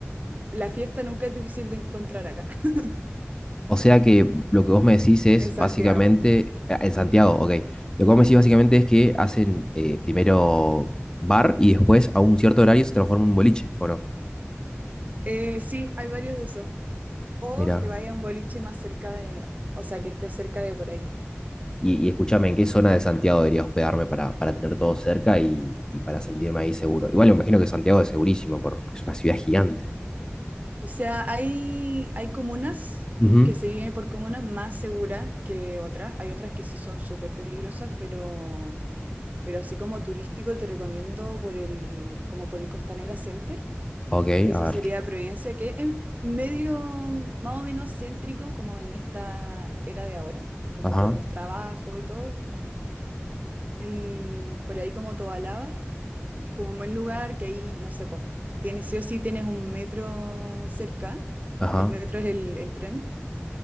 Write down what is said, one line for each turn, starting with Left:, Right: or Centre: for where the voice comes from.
Right: La fiesta nunca es difícil de encontrar acá, <laughs>
Left: O sea que lo que vos me decís es
Right: en Santiago.
Left: básicamente, ah, en Santiago, ok, lo que vos me decís básicamente es que hacen eh, primero bar y después a un cierto horario se transforma en un boliche, ¿o no?
Right: Eh, sí, hay varios de esos. O
Left: Mirá,
Right: te vayas a un boliche más cerca de, o sea, que esté cerca de por ahí.
Left: y, y escúchame, ¿en qué zona de Santiago debería hospedarme para, para tener todo cerca y, y para sentirme ahí seguro? Igual me imagino que Santiago es segurísimo, porque es una ciudad gigante.
Right: O sea, hay, hay comunas
Left: Ujú.
Right: que se viven por comunas más seguras que otras. Hay otras que sí son súper peligrosas, pero, pero así como turístico te recomiendo por el, como por el Costanera Center,
Left: Ok,
Right: que eso
Left: a ver.
Right: sería Providencia, que es medio más o menos céntrico como en esta era de ahora, como
Left: Ajá,
Right: por los trabajos y todo. El- por ahí como Tobalaba, es como un buen lugar que ahí, no sé, pues, tienes sí o sí tienes un metro cerca.
Left: ajá,
Right: El metro es el, el tren.